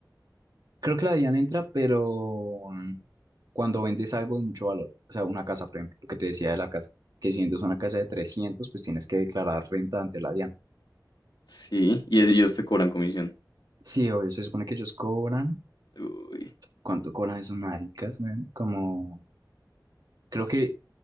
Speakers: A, on the right; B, on the left.
A: Creo que la DIAN entra, pero mm, cuando vendes algo de mucho valor, o sea, una casa, por ejemplo, lo que te decía de la casa, que si vendes una casa de 300 pues tienes que declarar renta ante la DIAN.
B: Sí, y es- ellos te cobran comisión.
A: Sí, obvio, se supone que ellos cobran,
B: Uy,
A: ¿Cuánto cobran esos maricas, man? Como, creo que,